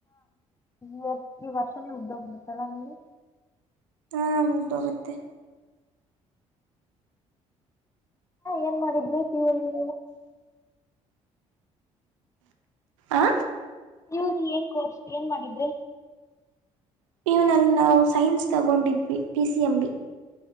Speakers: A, on the left; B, on the right.
A: ವತ್ತು ವರ್ಷನ ಮುಗ್ದೋಗ್ಬಿಡುತ್ತಲ್ಲ ನಿಮಗೆ
B: ಹಾ ಮುಗ್ದೋಗತ್ತೆ
A: ಏನ್ ಮಾಡಿದ್ರಿ ಕ್ಯೂ ಅಲ್ಲಿ
B: ಹ
A: ಪಿಯು ಅಲ್ಲಿ ಏನ್ ಕೋರ್ಸ್ ಏನ್ ಮಾಡಿದ್ರಿ
B: ಪಿಯೂನಲ್ಲಿ ನಾವು ಸೈನ್ಸ್ ತಗೊಂಡಿದ್ವಿ ಪಿ ಸಿ ಎಂ ಬಿ